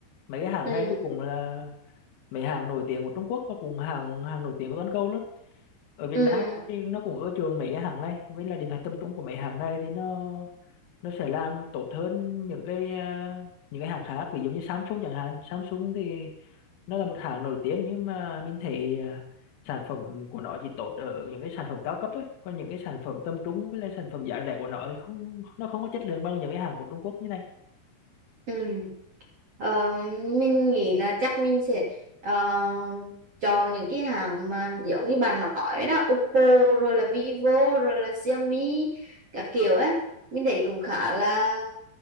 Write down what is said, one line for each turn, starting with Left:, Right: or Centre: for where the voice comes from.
Left: Mấy cái hãng
Right: ừ
Left: này thì cũng là mấy hãng nổi tiếng của Trung Quốc và cũng hàng hàng nổi tiếng của toàn cầu luôn. Ở Việt
Right: ừ
Left: Nam thì nó cũng ưa chuộng mấy cái hãng này, với là điện thoại tầm trung của mấy hãng này thì nó nó sẽ làm tốt hơn những cái ờ, những cái hãng khác, ví dụ như Samsung chẳng hạn. Samsung thì nó là một hãng nổi tiếng nhưng mà mình thấy à, sản phẩm của nó chỉ tốt ở những cái sản phẩm cao cấp thôi còn những cái sản phẩm tầm trung với lại sản phẩm giá rẻ của nó thì không nó không có chất lượng bằng những cái hàng của Trung Quốc như này
Right: Ừ. Ờ, mình nghĩ là chắc mình sẽ ờ, chọn những cái hàng mà giống như bạn nói đó Oppo rồi là Vivo rồi là Xiaomi các kiểu á mình thấy cũng khá là